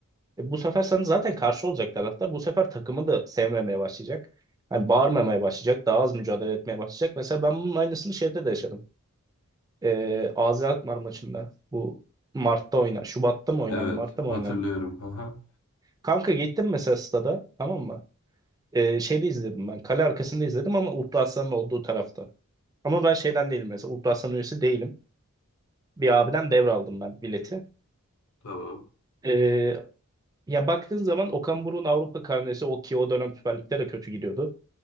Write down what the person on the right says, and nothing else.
E, bu sefer sana zaten karşı olacak taraftar. Bu sefer takımı da sevmemeye başlayacak. Yani bağırmamaya başlayacak. Daha az mücadele etmeye başlayacak. Mesela ben bunun aynısını şeyde de yaşadım. Ee, AZ Alkmaar maçında. Bu Mart'ta oynan, Şubat'ta mı oynandı?
Mart'ta mı
oynandı?
Kanka gittim mesela stada tamam mı? Ee, şeyde izledim ben. Kale arkasında izledim ama Ultra Aslan'ın olduğu tarafta. Ama ben şeyden değilim mesela. Ultra Aslan üyesi değilim. Bir abiden devraldım ben bileti.
Ee, ya baktığın zaman Okan Buruk'un Avrupa karnesi o ki o dönem Süper Lig'de de kötü gidiyordu.